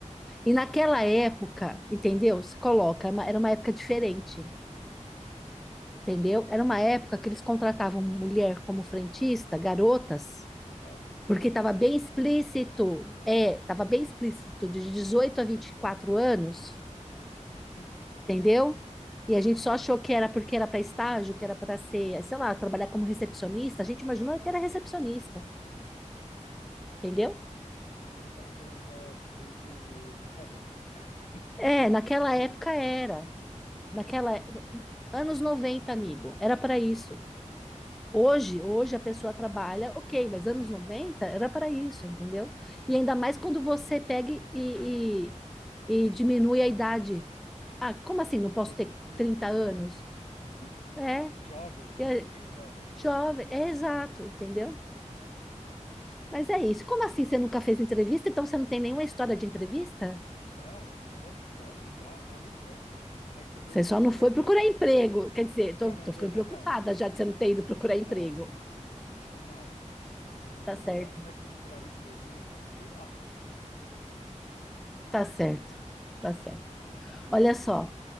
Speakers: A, in the centre; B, on the left (about 60°).
A: E naquela época, entendeu? Se coloca, é uma- era uma época diferente, entendeu? Era uma época que eles contratavam mulher como frentista, garotas,
B: Por causa de
A: Porque
B: atrair,
A: estava bem
B: né?
A: explícito, é, estava
B: Ai,
A: bem
B: ai.
A: explícito, de 18 a 24 anos,
B: <laughs> Meu Deus.
A: entendeu? E a gente só achou que era porque era para estágio, que era para ser, sei lá, trabalhar como recepcionista. A gente imaginou que era recepcionista, entendeu?
B: Eles estavam querendo usar vocês de propaganda. <laughs>
A: É, naquela
B: Meu
A: época
B: Deus.
A: era. Naquela é, anos 90 amigo, era para isso. Hoje, hoje a pessoa trabalha, ok, mas anos 90 era para isso, entendeu? E ainda mais quando você pega e, e, e diminui a idade Ah, como assim? Não posso
B: Especifica
A: ter 30
B: a umidade.
A: anos?
B: <laughs>
A: É,
B: Jovem, tem
A: é
B: que ser bem jovem.
A: jovem, é exato, entendeu? Mas é isso. Como assim você nunca fez entrevista? Então você não tem nenhuma história de entrevista?
B: Não, eu já, lógico que já, tava brincando. É que você perguntou
A: Você só
B: assim,
A: não
B: como
A: foi
B: é que
A: procurar
B: você,
A: emprego. Quer dizer,
B: como é que
A: tô,
B: você arranja?
A: tô ficando
B: É,
A: preocupada
B: não, no,
A: já de você não ter ido
B: no
A: procurar
B: jornal.
A: emprego.
B: No jornal. Você perguntou
A: Tá certo,
B: se já, como é que você procurava emprego? Você não no jornal.
A: tá certo, tá certo. Olha só,